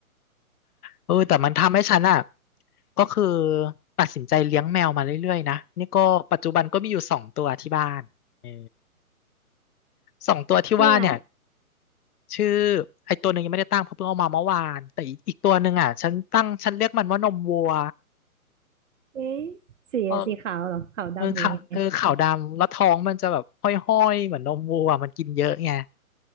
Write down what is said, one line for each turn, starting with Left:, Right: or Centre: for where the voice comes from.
Left: เออแต่มันทำให้ฉันอ่ะก็คือตัดสินใจเลี้ยงแมวมาเรื่อยๆนะนี่ก็ปัจจุบันก็มีอยู่สองตัวที่บ้านเออสองตัวที่ว่าเนี่ย
Right: ชื่ออะไร
Left: ชื่อไอตัวหนึ่งยังไม่ได้ตั้งเพราะเพิ่งเอามาเมื่อวานแต่อีกอีกตัวหนึ่งอ่ะฉันตั้งฉันเรียกมันว่านมวัว
Right: เอ๊ะสีสีขาวเหรอขาวดำหรือไง
Left: เออเออขาเออขาวดำแล้วท้องมันจะแบบห้อยๆเหมือนนมวัวมันกินเยอะไง